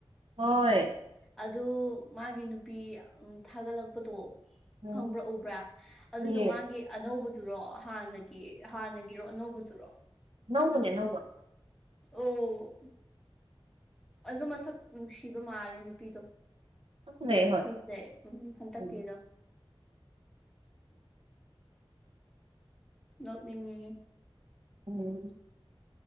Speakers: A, on the right; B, in the centre.
A: ꯍꯣꯏ
B: ꯑꯗꯨ ꯃꯥꯒꯤ ꯅꯨꯄꯤ ꯊꯥꯒꯠꯂꯛꯄꯗꯣ
A: ꯎꯝ
B: ꯈꯪꯕ꯭ꯔꯥ ꯎꯕ꯭ꯔꯥ ꯑꯗꯨꯗꯣ
A: ꯍꯨꯏꯌꯦ
B: ꯃꯥꯒꯤ ꯑꯅꯧꯕꯗꯨꯔꯣ ꯍꯥꯟꯅꯒꯤ ꯍꯥꯟꯅꯒꯤꯔꯣ ꯑꯅꯧꯕꯗꯨꯔꯣ
A: ꯑꯅꯧꯕꯅꯦ ꯑꯅꯧꯕ
B: ꯑꯣ ꯑꯗꯨ ꯃꯁꯛ ꯅꯨꯡꯁꯤꯕ ꯃꯥꯜꯂꯦ ꯅꯨꯄꯤꯗꯣ
A: ꯆꯞ ꯐꯖꯩ ꯍꯣꯏ
B: ꯐꯖꯩ ꯎꯝ ꯍꯟꯇꯛꯀꯤꯗꯣ
A: ꯎꯝ
B: ꯅꯣꯛꯅꯤꯡꯉꯤ
A: ꯎꯝ